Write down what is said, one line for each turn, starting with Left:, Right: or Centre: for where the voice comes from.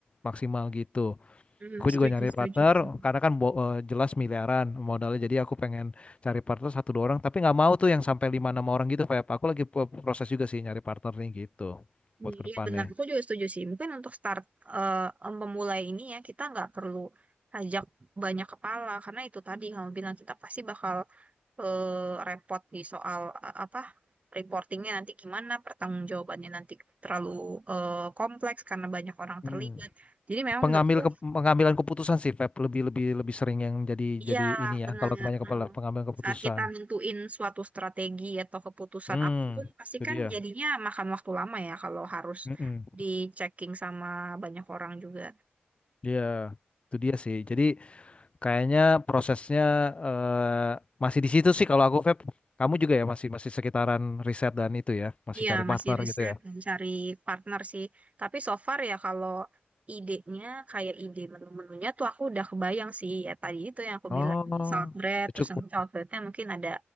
Left: maksimal gitu.
Right: Hmm,
Left: Aku
Right: setuju,
Left: juga nyari
Right: setuju.
Left: partner
Right: Mm.
Left: karena kan bo- eh, jelas miliaran modalnya jadi aku pengen cari partner satu dua orang tapi nggak mau tuh yang sampai lima enam orang gitu Feb. Aku lagi pro- proses juga sih nyari partner nih gitu
Right: Hmm,
Left: buat ke
Right: Iya
Left: depannya.
Right: benar, aku juga setuju sih. Mungkin untuk start eh, memulai ini ya kita nggak perlu ajak banyak kepala karena itu tadi kamu bilang kita pasti bakal eh, repot di soal a- apa reportingnya nanti gimana, pertanggungjawabannya nanti terlalu eh, kompleks karena banyak orang
Left: Hmm.
Right: terlibat. Jadi memang
Left: Pengambil
Right: menurutku
Left: ke- pengambilan keputusan sih Feb lebih lebih lebih sering yang jadi
Right: iya
Left: jadi ini ya
Right: benar.
Left: kalau kebanyakan
Right: Mm.
Left: kepala pengambilan keputusan.
Right: Saat kita nentuin suatu strategi atau keputusan
Left: Hmm,
Right: apapun, pasti
Left: itu
Right: kan
Left: dia.
Right: jadinya makan waktu lama ya kalau harus
Left: Mm-mm.
Right: di checking sama banyak orang juga.
Left: Iya, itu dia sih. Jadi Kayaknya prosesnya eh, masih di situ sih kalau aku Feb. Kamu juga ya masih masih sekitaran riset dan itu ya, masih
Right: Iya,
Left: cari partner
Right: masih riset
Left: gitu ya.
Right: dan cari partner sih. Tapi so far ya kalau idenya kayak ide menu-menunya tuh aku udah kebayang sih. Ya tadi itu yang aku
Left: Oh,
Right: bilang salad bread,
Left: udah
Right: terus
Left: cukup.
Right: nanti salad breadnya mungkin ada